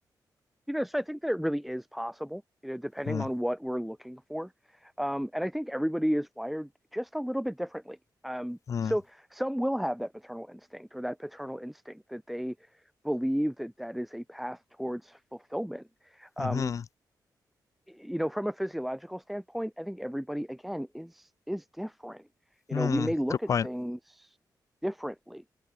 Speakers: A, in the centre; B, on the left.
A: You know, so I think that it really is possible, you know, depending
B: Mm,
A: on what we're looking for. Um, and I think everybody is wired just a little bit differently. Um,
B: mm,
A: so some will have that maternal instinct or that paternal instinct that they believe that that is a path towards fulfillment. Um,
B: mm-hmm,
A: you know, from a physiological standpoint, I think everybody again is is different. You
B: mm,
A: know, we may look
B: good
A: at
B: point.
A: things differently.